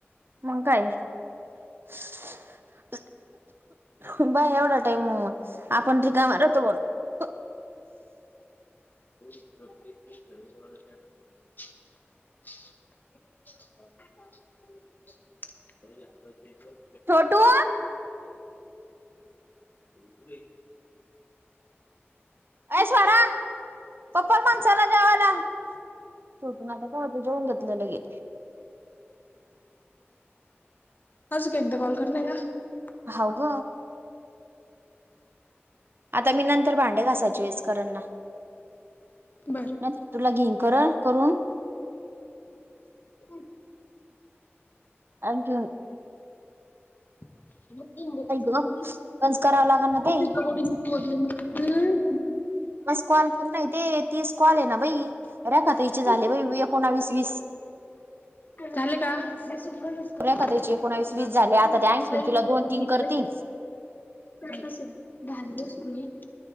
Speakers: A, on the right; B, on the left.
A: मग काय <inaudible> <inaudible> बाय एवढा टाईम म आपण का मारतो बोल <inaudible>
B: <unintelligible> <unintelligible>
A: छोटू.
B: बुरई.
A: ऐश्वारा चप्पल माणसाला जेवाला. तोटूनन कहाच जेऊन घेतलंल हे.
B: आजून का एकदा कॉल कर <unintelligible>
A: हाव ग. आता मी नंतर भांडे घासायची वेस करन ना.
B: बर
A: नाही तर तुला घेईग करा करून.
B: हं.
A: आंज
B: <unintelligible>
A: आई ग कंस करावं लागल ना ते मिस कॉल केरनय ते तीस कॉल हे ना बाई.
B: <unintelligible>
A: रेखा ताईचे झाले बाई एकोणावीस वीस
B: झालं का? <unintelligible>
A: रेखा ताईचे एकोणावीस वीस झाले आता ते आणखीन तुला दोन तीन करतील
B: कसं धारलंस कुणी?